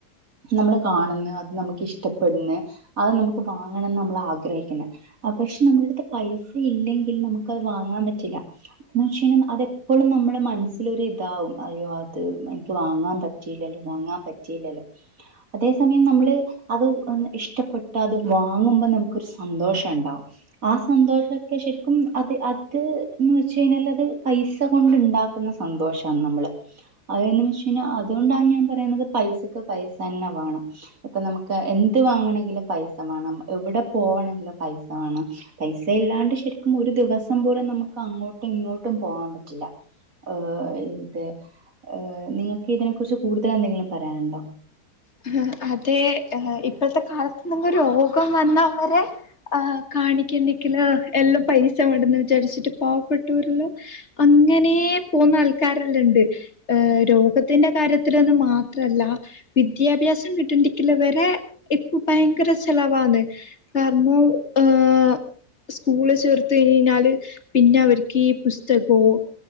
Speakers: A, on the right; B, on the left.
A: നമ്മള് കാണുന്ന് അത് നമ്മക്കിഷ്ടപ്പെടുന്ന്.... അത് നമുക്ക് വാങ്ങണംന്ന് നമ്മളാഗ്രഹിക്കുന്ന്... അ പക്ഷെ നമ്മുടെ അടുത്ത് പൈസ ഇല്ലെങ്കിൽ നമുക്കത് വാങ്ങാൻ പറ്റില്ല..... എന്ന് വെച്ച് കഴ്ഞാ അതെപ്പളും നമ്മളെ മൻസ്സിലൊര് താവും അയ്യോ അത് എനിക്ക് വാങ്ങാൻ പറ്റിയില്ലല്ലോ വാങ്ങാൻ പറ്റിയില്ലല്ലോ...... അതേ സമയം നമ്മള്...., അത് ഇഷ്ടപ്പെട്ടത് വാങ്ങുമ്പോ നമുക്കൊരുസന്തോഷണ്ടാവും. ആ സന്തോഷൊക്കെ ശരിക്കും അത് അത്‌ന്ന് വെച്ച് കഴിഞ്ഞാലത് പൈസ കൊണ്ട്ണ്ടാക്..... ക്കുന്നസന്തോഷാണ് നമ്മള്, അതന്ന് വെച്ച് കഴിഞ്ഞ അതുകൊണ്ടാണ് ഞാൻ പറയുന്നത് പൈസക് ക്ക്‌ പൈസന്നെ വേണം.... ഇപ്പൊ നമുക്ക് എന്ത് വാങ്ങണെങ്കിലും പൈസ മാണം. എവിടെ പോവണെങ്കിലും പൈസ വേണം പൈസ ഇല്ലാണ്ട് ശരിക്കും ഒരു ദിവസ് സം പോലും നമുക്കങ്ങോട്ടും ഇങ്ങോട്ടും പോകാൻ പറ്റില്ല ഏഹ് അതെ ഏഹ് നിങ്ങക്ക് ഇതിനെ കുറിച്ച് കൂടുതലെ ന്തെങ്കിലും പറയാനുണ്ടോ.....
B: എ ഹെ അതെ ഇപ്പൾത്തെ കാലത്ത് നമുക്ക് രോഗം വന്നാ വരെ. ആ കാണിക്കണ്ടെങ്കില് എല്ലാം പൈസ മണ്ടന്ന് വിചാരിച്ചിട്ട് പാവപ്പെട്ടോരെല്ലം.. അങ്ങനേ പോന്ന ആൾക്കാരെല്ലണ്ട് ഏഹ് രോഗത്തിന്റെ കാര്യത്തിലൊന്ന് മാത്രല്ല വിദ്യാഭ്യാസം കിട്ടണ്ടിക്കില് വരെ ഇപ്പൊ ഭയങ്കര ചെലവാണ്... കാരണം ഏഹ്..... സ്കൂളി ചേർത്ത് കയ്ഞയ്ഞ്ഞാല് പിന്നവര്ക്കീ പുസ്തകോ -